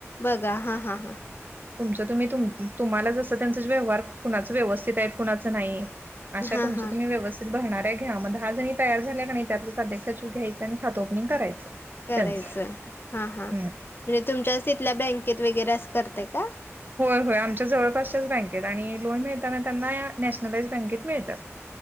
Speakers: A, on the left; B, on the right.
A: बघा हां हां हां
B: तुमच तुम्ही तु तुम्हाला जसं त्यां व्यवहार कुणाच व्यवस्थित आहेत कुणा नाही अश
A: हा
B: तुम
A: हा
B: तुम्ही व्यवस् भरणाऱ्या घ्या मग दहा जणी तयार झाल्या त्यातलं साध सचव घ्यायं आणि खात ओपनिंग करायचं
A: करायचं
B: त्यांचं
A: हा हा म्हणजे
B: हम्म.
A: तुमच्या तिथल्या बँकेत वगैरे अस करते का
B: होय होय आमच्या जवळपासच्याच बँकेत आणि लोन मिळताना त्यांना या नॅशनलाइज बँकेत मिळतात